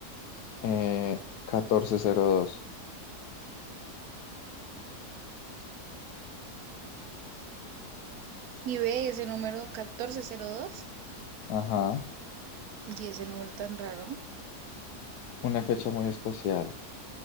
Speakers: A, on the left; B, on the right.
A: eh, catorce cero dos
B: Y ve ese número catorce cero dos
A: Ajá.
B: y ese número tan raro.
A: Una fecha muy especial.